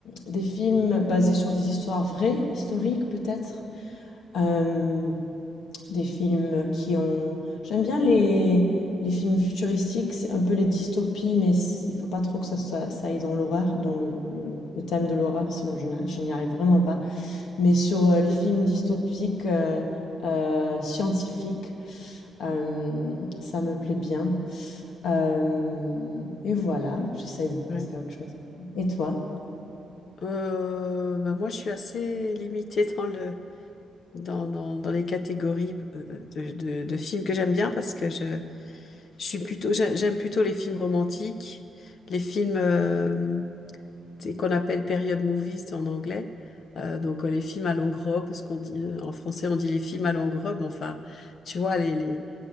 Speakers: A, on the left; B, on the left.
A: des films basés sur des histoires vraies, historiques peut-être, euh, des films qui ont... J'aime bien les, les films futuristiques, c'est un peu les dystopies, mais c- il faut pas trop que ça, ça, ça aille dans l'horreur, dans le, le, le thème de l'horreur, sinon je n'a- je n'y arrive vraiment pas. Mais sur euh, les films dystopiques euh, euh, scientifiques, Hem, ça me plaît bien. Hem et voilà, j'essaye de penser
B: Ouais.
A: à autre chose. Et toi?
B: Euh, bah, moi, je suis assez limitée dans le, dans, dans, dans les catégories euh, de, de, de films que j'aime bien parce que je, je suis plutôt, j'a- j'aime plutôt les films romantiques, les films euh, c'est qu'on appelle period movies en anglais. Euh, donc, euh, les films à longue robe, ce qu'on dit, euh, en français, on dit les films à longue robe. Enfin, tu vois, les, les,